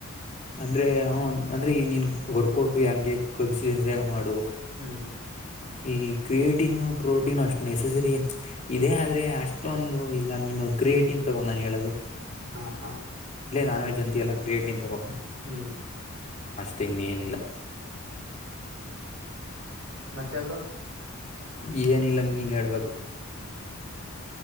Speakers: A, on the left; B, on the right.
A: ಅಂದ್ರೆ ಹು ಅಂದ್ರೆ ಈ ನೀನ್ ವರ್ಕೌಟು ಹಂಗೆ ಕನ್ಸಯುಸಿ ಆಗ್ ಮಾಡು
B: ಹ್ಮ್
A: ಈ ಕ್ರಿಯೇಟೀನ್ ಪ್ರೋಟೀನ್ ಅಷ್ಟ ನೆಸಸರಿ ಇದೇ ಆದ್ರೆ ಅಷ್ಟೊಂದು ಇಲ್ಲ ನಿ <unintelligible> ಇ ಕ್ರಿಯೇಟಿನ್ ತಗೊ ನಾ ಹೇಳೋದು
B: ಹಾ ಹಾ
A: ನಾನ್ವೆಜ್ ಅಂತ ಎ ಕ್ರಿಯೇಟಿನ್ ತಗೋ
B: ಹ್ಮ್
A: ತೆ ಇನ್ನೇನ್ ಇಲ್ಲ
B: ಮತ್ತೆ ಬ್ರೊ
A: ಏನಿಲ್ಲನೀನ್ ಹೇಳ್ಬೇಕು